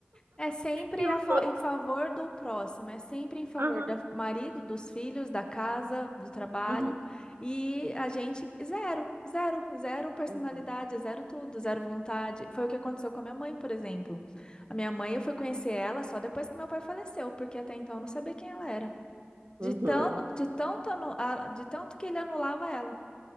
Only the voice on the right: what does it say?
Eu
sou.
Aham,
uhum,
uhum,
uhum.